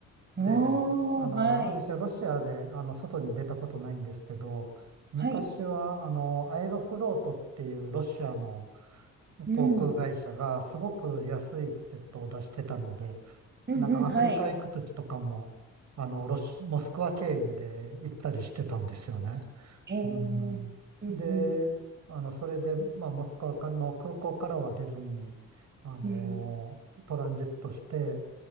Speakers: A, on the right; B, on the right.
A: おー、
B: で、あの、
A: はい。
B: 私はロシアで、あの、外に出たことないんですけど、昔は、
A: はい。
B: あの、アエロフロートっていうロシアの、
A: うん。
B: 航空会社がすごく安いチケットを出してたので、
A: うんうん、
B: なんかアフリカ行くときとかも、
A: はい。
B: あの、ロシ、モスクワ経由で行ったりしてたんですよね。
A: えー、
B: うん。
A: うんうん。
B: で、あの、それで、まあ、モスクワの空港からは出ずに、あの、
A: うん。
B: トランジットして、